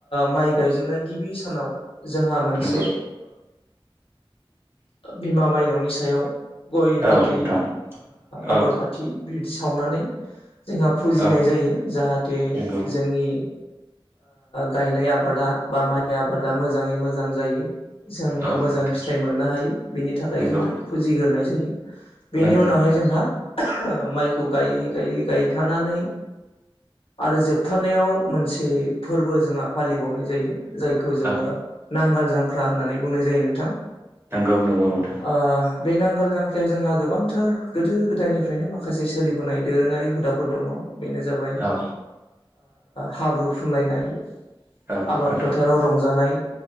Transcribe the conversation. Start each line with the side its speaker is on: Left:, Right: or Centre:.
Left: माइ गायजेननाय गिबि सानाव जोंहा मोनसे
Right: नंगौ
Left: बिमा माइनावनि सायाव गय
Right: औ
Left: फाथै
Right: नोंथां औ
Left: आगर बाथि बिदि सावनानै जोंहा फुजिनाय
Right: औ
Left: जायो जाहाथे
Right: नंगौ
Left: जोंनि गायनाय आबादा बा माइ आबादा मोजाङै मोजां जायो। जोङो
Right: औ
Left: मोजां
Right: नोंथां
Left: फिथाइ मोननो हायो बिनि थाखाय
Right: नंगौ
Left: जोङो फुजिग्रोनाय जायो। बेनि
Right: नंगौ
Left: उनावहाय
Right: नोंथां
Left: जोंहा माइखौ गायै गायै गायथानानै। आरो जोबथारनायाव मोनसे फोरबो जोंहा फालिबावनाय जायो। जायखौ जोङो
Right: औ
Left: नांगोल जांख्रा होननानै बुंनाय जायो नोंथां।
Right: नंगौ नंगौ नोंथां।
Left: ओ बे नांगोल जांख्रायाव जोंहा गोबांथार गोदो गोदायनिफ्रायनो माखासे सोलिबोनाय दोरोङारि हुदाफोर दङ बेनो जाबाय।
Right: औ
Left: हाब्रु फुनलायनाय
Right: औ
Left: आबाद
Right: नोंथां
Left: फोथाराव रंजानाय